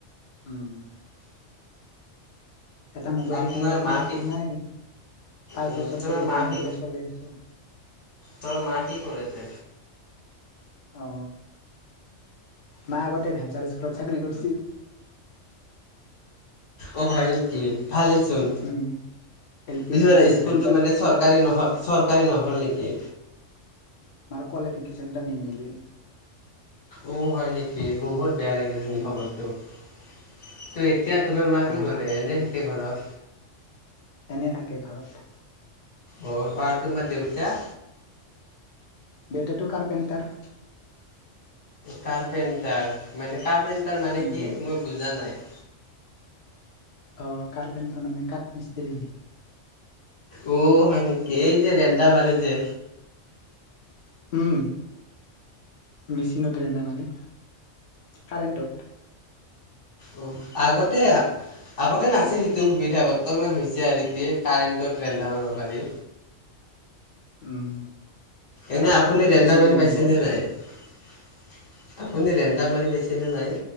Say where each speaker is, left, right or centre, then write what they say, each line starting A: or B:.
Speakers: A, on the left (about 50°); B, on the left (about 70°).
A: উম! এটা মোবাইলে
B: আপোনাৰ
A: কিনবা সামৰ্থ্য
B: মা কি
A: নাই, পাঁচ
B: উম,
A: বছৰ
B: তোমাৰ
A: ধৰি এটা
B: মা
A: মোবাইলে
B: কি
A: চলে আছোঁ।
B: তোৰ মা কি কৰে তে
A: অ! মা আগতে ভেঞ্চাৰ স্কুলত চাকৰি কৰছিল।
B: অ হয় নেকি? ভালেইচোন!
A: উম এল পি
B: পিছত
A: স্কুলত
B: স্কুলটো
A: ভেঞ্চাৰ
B: মানে চৰকাৰী নহ চৰকাৰী নহ'ল নেকি?
A: কোৱালিফিকেশ্যনটা নিমিলিল।
B: উ হয় নেকি! বহুত বেয়া লাগিল শুনি
A: উম
B: খবৰটো। <inaudible> এতিয়া তোমাৰ মা
A: আহ
B: কি কৰে? এনেই থাকে ঘৰত!
A: এনে থাকে ঘৰত।
B: অ! আৰ তোমাৰ দেউতা?
A: দেউতাটো কাৰ্পেণ্টাৰ।
B: কাৰ্পেণ্টাৰ। মানে কাৰ্পেণ্ট তাৰ মানে
A: উম
B: কি? মই বুজা নাই
A: অ কাৰ্পেণ্টাৰ মানে কাঠমিস্ত্ৰী।
B: অ হয় নেকি? এই যে, ৰেন্দা মাৰে যে!
A: উম মেচিনত ৰেন্দা মাৰে কাৰেণ্টত।
B: অ আগতে আগতে নাছিল সেইটো সুবিধা বৰ্তমান হৈছে আৰু কি কাৰেণ্টত ৰেণ্ডামাৰিব পাৰি।
A: উম
B: এনে
A: আগতে
B: আপুনি
A: শক্তি
B: ৰেন্দা
A: আছিল
B: মাৰি
A: যে
B: পাইছেনে
A: মানুহৰ
B: নাই? <unintelligible> আপুনি ৰেন্দা মাৰি পাইছেনে নাই?